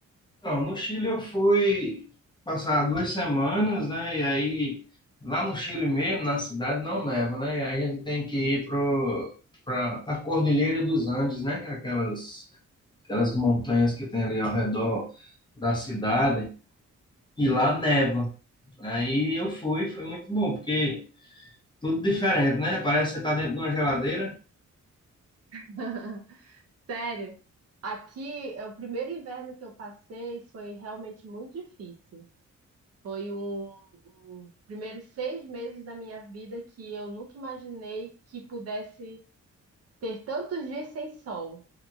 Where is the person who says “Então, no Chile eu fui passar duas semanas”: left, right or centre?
Left